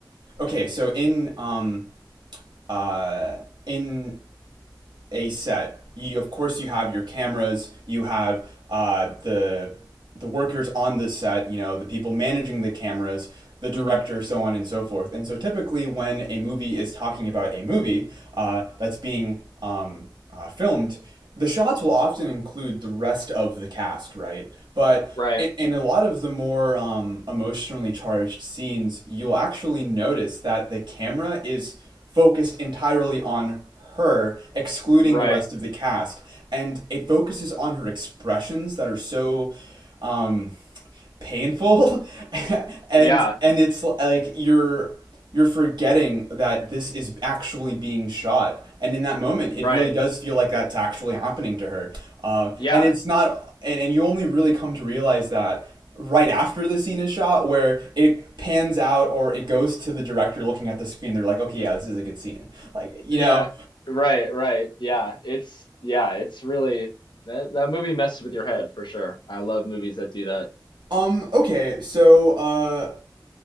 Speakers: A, on the right; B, on the left.
A: okay, so in um, uh, in a set. You, of course, you have your cameras, you have uh, the the workers on the set, you know, the people managing the cameras, the director,
B: hmm
A: so on and so forth. And so, typically, when a movie is talking about a movie uh, that's being um, uh, filmed, the shots will often include the rest of the cast, right? But
B: Right,
A: in, in a lot of the more um, emotionally charged scenes, you'll actually notice that the camera is focused entirely on her, excluding
B: right.
A: the rest of the cast. And it focuses on her expressions that are so um, painful, <laughs> and
B: Yeah,
A: and it's like you're you're forgetting that this is actually being shot. And in that moment,
B: right.
A: it really does feel like that's actually happening to her. Uh,
B: Yeah,
A: and it's not, and, and you only really come to realize that right after the scene is shot where it pans out or it goes to the director looking at the screen they're like okay yeah this is a good scene like you
B: yeah.
A: know
B: Right, right. Yeah, it's yeah, it's really that that movie messes with your head for sure. I love movies that do that.
A: Um, okay, so uh